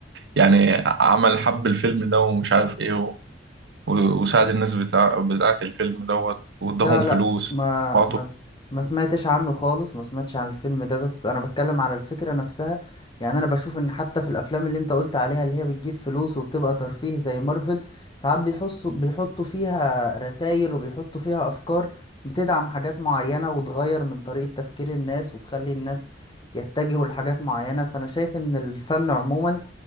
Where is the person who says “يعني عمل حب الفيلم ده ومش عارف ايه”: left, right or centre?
Right